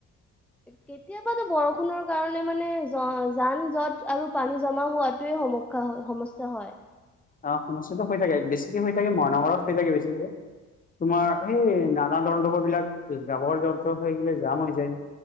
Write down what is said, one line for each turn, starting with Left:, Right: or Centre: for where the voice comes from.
Centre: কেতিয়াবাতো বৰষুণৰ কাৰণে মানে য-যান-জট আৰু পানী জমা হোৱাতোৱে সম <unintelligible> সমস্যা হয়।
Left: অ', সমস্যাটো হৈ থাকে, বেছিকে হৈ থাকে মহানগৰত হৈ থাকে বেছিকে, তোমাৰ সেই না নলা- নৰ্দমাবিলাক, জাৱৰ- জোথৰ হৈ কিনে জাম হৈ যায়।